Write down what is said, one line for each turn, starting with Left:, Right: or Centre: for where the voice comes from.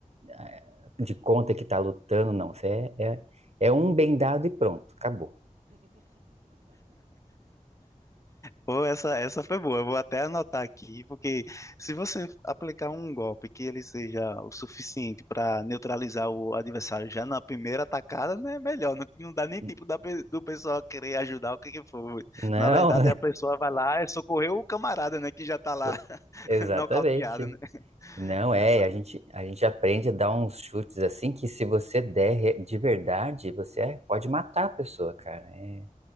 Right: eh, de conta que tá lutando, não. Você é, é, é um bem dado e pronto, acabou.
Left: Pô, essa, essa foi boa. Eu vou até anotar aqui, porque se você aplicar um golpe que ele seja o suficiente para neutralizar o adversário já na primeira atacada, né? é Melhor. Não, não dá nem
Right: N-
Left: tempo da pe- do pessoal querer ajudar o que que for.
Right: Não,
Left: Na verdade, a pessoa vai lá e socorreu o camarada, né? Que
Right: <laughs>
Left: já tá lá <laughs>
Right: exatamente.
Left: nocauteado, né?
Right: Não
Left: Essa.
Right: é, a gente, a gente aprende a dar uns chutes assim que se você der re- de verdade, você é, pode matar a pessoa, cara. é